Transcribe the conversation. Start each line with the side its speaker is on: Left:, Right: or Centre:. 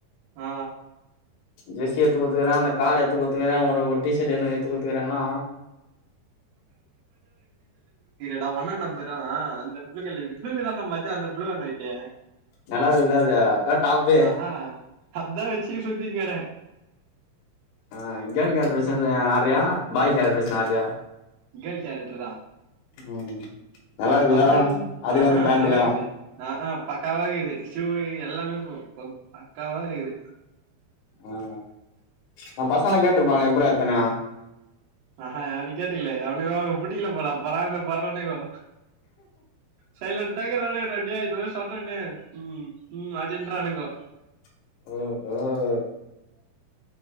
Right: ஆ
Left: ஜெர்ஸி ஏத்து குடுத்துக்கறா அவனுக்கு கார் ஏத்து குடுத்துக்கறான் ஒனக்கு ஒரு டீஷட் ஒன்னு எத்து குடுத்துக்குறான்னா
Right: தா அவ அண்ண நம்பரும் அந்த ப்ளூ கலர் புளூ கலர் நா மச்சா அந்த புளூட நைட்டு
Left: நல்லா இருக்துல அது அதா டாப்பே
Right: ஆஹா அதா வச்சி சுத்திங்கறேன்
Left: ஆ கேர்ள் கேரட்டர் வேஷம் ஆடுரியா பாய் கேரட்டர் வேஷ் ஆடுரியா
Right: கேர்ள் கேரட்டர் தான்
Left: ம் நல்லா இருக்குதுல
Right: அப்றோ வந்
Left: அதுக்கு
Right: அ
Left: அந்த
Right: ஆ
Left: பேண்ட்டுக்கா
Right: நல்ல கேள்வி அ ஆ பக்காவா இகுது ஷூ எல்லாமே ப்ரோ ப பக்காவா இருகுது
Left: ஆ நம் பசங்கலா கேட்ருபாங்களே எப்ரா எத்தனு
Right: அ ஹா அவன கேட்டிங்ளே அவனுக் ஒங் புடிக்ல போல பொறாம பற்றானுங்கோ சைலண்டா இருக்ரா ரெடியா இருவஸ் சொன்னேனே உம் உம் அப்டின்றானுங்கோ
Left: <inaudible>